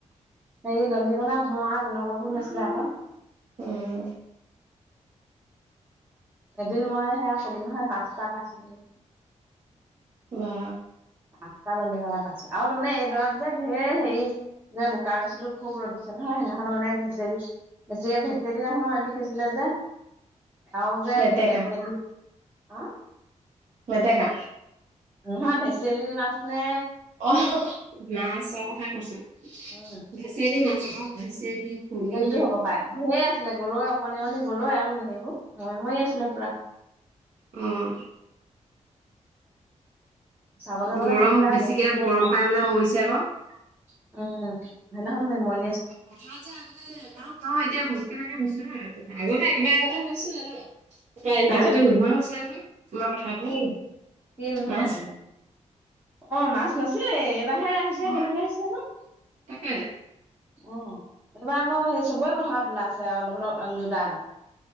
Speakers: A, on the right; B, on the right.
A: হেৰি ধনীকনা, মৰা তেনেকাবোৰ ওলাইছিলে আকৌ।
B: উম।
A: এদিন মই সেয়া কলো নহয় পাঁচটা পাইলো
B: বা।
A: পাঁচটা দনিকণা পাইছোঁ আৰু তাৰমানে এইডৰা যে ধেৰ হেৰি যে বোকা গৈছিলো, খুব ৰ'দ দিছে নহয়, সেইদিনাখনো মানে ভেজেলি বেছিকে ভেচদি নহয়, এইটো কিছিলে যে আৰু যে
B: মেটেকা
A: গেদ গে হা
B: মেটেকা?
A: নহয় ভেচেলিৰ মাছ মানে
B: অ' মাছৰ কথা কৈছে।
A: উম
B: ভেচলি মাছ আকৌ, ভেচেলি, পুলি
A: কিটো হ'ব বাই, ধেৰ আছিলে গৰৈ অকনি অকনি গৰৈ আৰু সেইবোৰ মৰি মৰি আছিলে পুৰা।
B: উম।
A: চাবলৈ গলে
B: গৰম
A: মন যায়
B: বেছিকে
A: আৰু ঘৰত চি
B: গৰম
A: আছে আৰু।
B: পাই পেলাই মৰিছে আকৌ
A: উম, সেইদিনাখন মই
B: কথা এতিয়া আগতে নহয়, এতিয়া কেনেকে হৈছে ন' ক আগতে একেবাৰে আগতে হৈছিল জানো, তাই
A: হা
B: মাজতে নোহোৱা হৈছিল নহয়। আমাৰ পথাৰবোৰ
A: কি, কি নোহোৱা
B: মাছ
A: হৈছিলে? অ' মাছ নাছিলে, এইবাৰে আহিছে
B: অ
A: কেনেকে আহিছে জানো।
B: তাকে।
A: অ' এইবাৰ আকৌ সেই চবৰে পথাৰত ওলাই আছে, অলপ অলপ দুটা এটা।